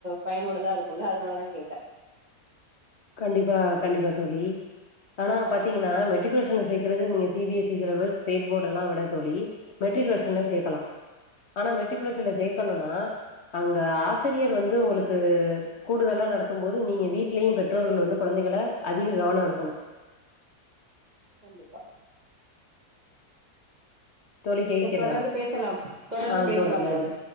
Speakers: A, on the right (about 35°); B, on the left (about 50°).
A: பயனுள்ளதா இருக்குல்ல அதனாலதா கேட்ட
B: கண்டிப்பா கண்டிப்பா தோழி ஆனா பாத்தீங்கன்னா மெட்ரிகுலேஷன்ல்ல சேக்கறதுக்கு நீங்க சிபிஎஸ்சி சிலபஸ் ஸ்டேட் போர்ட் எல்லா விட தோழி மெட்ரிகுலேஷன்லே சேக்கலாம் ஆனா மெட் ட்ரிகுலேஷன்ல
A: ம்
B: சேக்கணுனா அங்க ஆசிரியர் வந்து உங்ளுக்கு கூடுதலா நடத்தும்போது நீங்க வீட்லியு பட் ற்றோர்கள் வந்து கொழந்தைகல அதிக கவன எடுக்கணு
A: கண்டிப்பா
B: தோழி கேக்கிறதா
A: சேர் தொடர்ந்து பேசலா தொடர்ந்து
B: ஆ
A: பேசலா
B: நன்றி
A: தோழி